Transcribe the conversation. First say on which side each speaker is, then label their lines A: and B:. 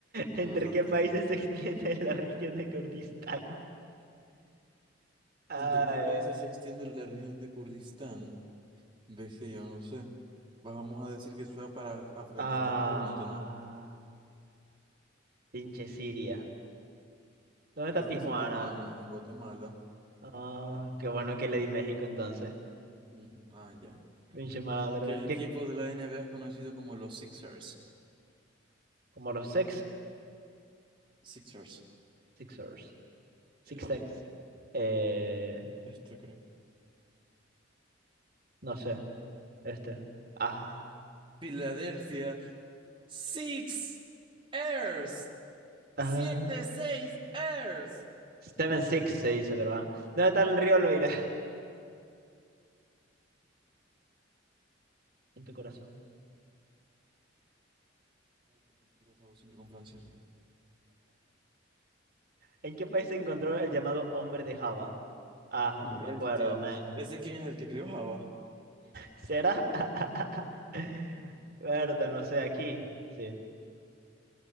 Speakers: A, on the right; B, on the right.
A: ¿entre
B: Te pasaste.
A: qué países se extiende <laughs> la región de Kurdistán? Ay.
B: ¿Entre qué países se extiende la región de Kurdistán? Ves que yo no sé. Vamos a decir que sea para Afganistán,
A: Ah,
B: obviamente no.
A: pinche Siria. ¿Dónde está
B: ¿De dónde
A: Tijuana?
B: está Tijuana? En Guatemala.
A: Ah, qué bueno que le di México entonces.
B: Mm, ah, ya.
A: Pinche malandro.
B: ¿Qué equipo
A: ¿Qué?
B: de la N. B. A es conocido como los Sixers?
A: Como los sex,
B: Sixers.
A: Sixers. Six
B: Eh,
A: Sex. Eh,
B: esto creo.
A: No sé, este. Ah,
B: Filadelfia. Six Airs.
A: ah.
B: Siete, seis Airs.
A: Seven Six se dice, pero ah. ¿Dónde está el río Loira? <laughs> En tu corazón.
B: Ay, qué mentirosa vos siempre con Francia.
A: ¿En qué país se encontró el llamado hombre de Java? Ah, no
B: Bestia.
A: me acuerdo, man.
B: ¿Ese quién es el que creó Java?
A: ¿Será? <laughs> Berta, no sé, aquí. Sí,